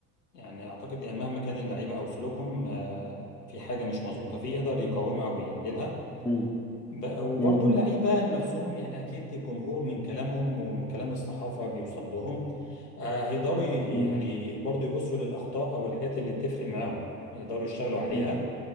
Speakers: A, on the left; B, in the centre.
A: يعني أعتقد يعني مهما كان اللعيبة أو سلوكهم آه في حاجة مش مظبوطة فيه يقدر يقاومها ويعدلها
B: مم.
A: ب- وبرضه
B: مم.
A: اللعيبة نفسهم يعني أكيد الجمهور من كلامهم وكلام الصحافة بيوصل لهم آه، هيقدروا ي-
B: مم.
A: يعني برضه يبصوا للأخطاء أو الحاجات اللي بتفرق معاهم يقدروا يشتغلوا عليها
B: مم.